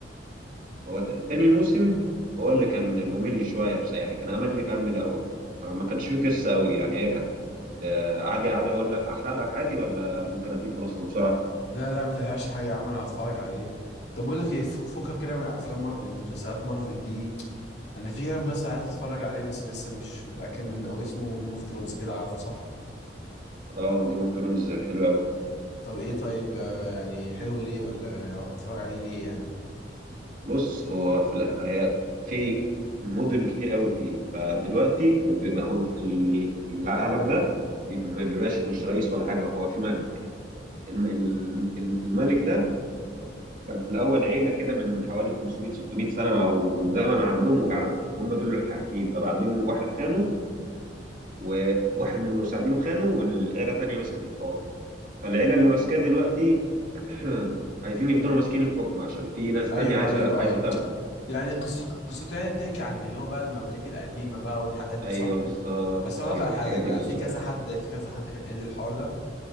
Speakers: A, on the right; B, on the left.
A: هو ت- تاني موسم هو اللي كان ممل شوية بس يعني كان أمل كان من الأول ما ما كانش فيه قصة أوي يعني هي كانت آه، عادي عادي اقول لك احرق لك عادي ولا ممكن اديك ملخص بسرعه
B: لا لا ما تحرقش حاجه يا عم انا هتفرج عليه طب بقول لك ايه فك- فكك كده من افلام مار... من مسلسلات مارفل دي انا في كده مسلسل عايز اتفرج عليه بس لسه مش متاكد منه قوي اسمه جيم اوف ثرونز كده عارفه صح
A: اه جيم اوف ثرونز حلو قوي
B: طب ايه طيب آه، يعني حلو ليه ولا اتفرج عليه ليه يعني
A: بص هو في الأ- هي في مدن كتير قوي فيه فدلوقتي وبيبقى هو ال- العالم ده بي- ما بيبقاش مش رئيس ولا حاجه هو في ملك الم- ال- ال- الملك ده كان في الاول عيله كده من حوالي 500 600 سنه او من زمن عندهم وجع هم دول اللي حاكمين فبعدين واحد خانه وواحد من مساعدينه خانه والعيله التانيه مسكت الحوار فالعيلة اللي ماسكاه دلوقتي <clears throat> عايزين يفضلوا ماسكين الحكم عشان في ناس
B: ايوه
A: تانية عايزة
B: ايوه
A: عايزة
B: ايوه
A: تاخده
B: يعني قص- قصته يعني بتحكي عن اللي هو بقى المماليك القديمه بقى والحاجات دي
A: ايوه
B: صح
A: بالظبط
B: بس اقول
A: ايوه
B: لك على
A: بالحاجات
B: حاجه انا
A: دي بالظبط
B: في كذا حد في كذا حد كان قال لي الحوار ده